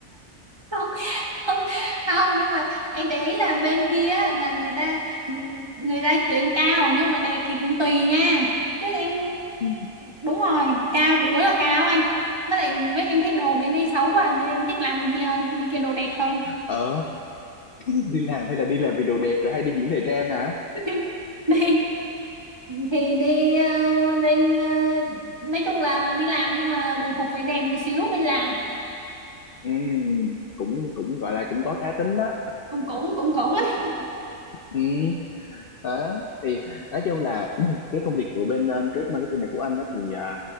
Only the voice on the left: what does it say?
Ừ.
ờ đi làm hay là đi làm vì đồ đẹp rồi hay đi diễn thời trang hả
ừ cũng cũng gọi là cũng có cá tính đó
ừ đó thì nói chung là <clears throat> cái công việc của bên ờ, trade marketing này của anh đó thì à,